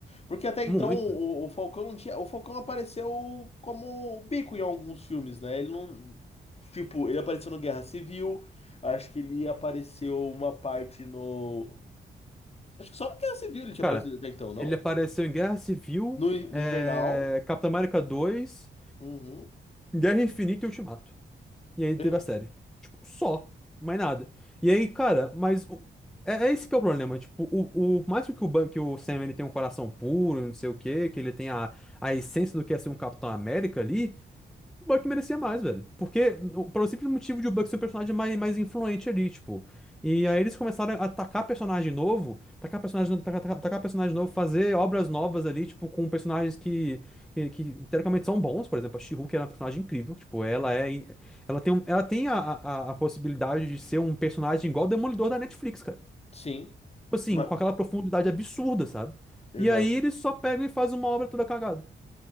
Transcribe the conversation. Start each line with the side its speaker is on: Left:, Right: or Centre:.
Left: Porque até então
Centre: Muito.
Left: o, o Falcão não tinha. O Falcão apareceu como o bico em alguns filmes, né? Ele não. Tipo, ele apareceu no Guerra Civil, acho que ele apareceu uma parte no. Acho que só no Guerra Civil ele tinha
Centre: Cara,
Left: aparecido até então, não?
Centre: ele apareceu em Guerra Civil,
Left: No, no
Centre: é,
Left: Invernal.
Centre: Capitão América dois
Left: Uhum.
Centre: Guerra Infinita e Ultimato. E aí
Left: Eu-
Centre: teve a série. Tipo, só. Mais nada. E aí, cara, mas o- é, é esse que é o problema. Tipo, o, o por mais que o, Ban- que o Sam ele tem um coração puro, não sei o quê, que ele tenha a, a essência do que é ser um Capitão América ali, o Buck merecia mais, velho. Porque, o- pelo simples motivo de o Buck ser o personagem mais, mais influente ali, tipo. E aí eles começaram a atacar personagem novo, atacar personagem, atacar, atacar- atacar personagem novo, fazer obras novas ali, tipo, com personagens que, que, que teoricamente são bons. Por exemplo, a She-Hulk era uma personagem incrível. Tipo, ela é. in- Ela tem, um- ela tem a, a, a possibilidade de ser um personagem igual o Demolidor da Netflix, cara.
Left: sim.
Centre: Tipo assim,
Left: Ma-
Centre: com aquela profundidade absurda, sabe?
Left: Exato.
Centre: E aí eles só pegam e fazem uma obra toda cagada.